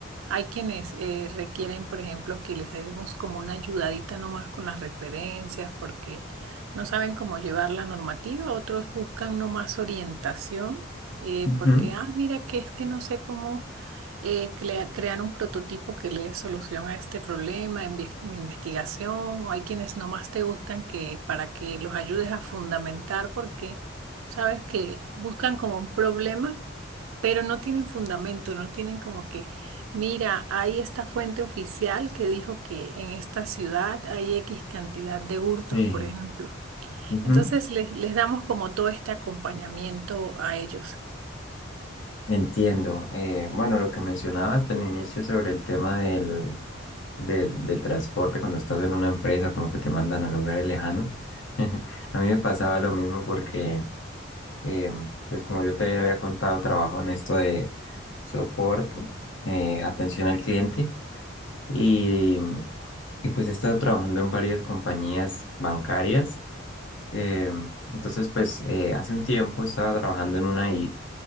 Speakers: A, on the right; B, on the left.
A: hay quienes eh, requieren, por ejemplo, que les demos como una ayudadita nomás con las referencias porque no saben cómo llevar la normativa. Otros buscan nomás orientación eh,
B: ujú,
A: porque, ah, mira, que es que no sé cómo eh, crea- crear un prototipo que le dé solución a este problema en mi mi investigación. O hay quienes nomás te buscan que para que los ayudes a fundamentar porque sabes que buscan como un problema pero no tienen fundamento, no tienen como que, mira, hay esta fuente oficial que dijo que en esta ciudad hay X cantidad de hurtos,
B: Sí.
A: por ejemplo.
B: Ujú.
A: Entonces les, les damos como todo este acompañamiento a ellos.
B: Entiendo. Eh, bueno, lo que mencionabas al inicio sobre el tema del, del, del transporte cuando estás en una empresa, como que te mandan a lugares lejanos. <laughs> A mí me pasaba lo mismo porque, eh, pues como yo te había contado, trabajo en esto de soporte, eh, atención al cliente y, y pues he estado trabajando en varias compañías bancarias. Eh, entonces, pues eh, hace un tiempo estaba trabajando en una y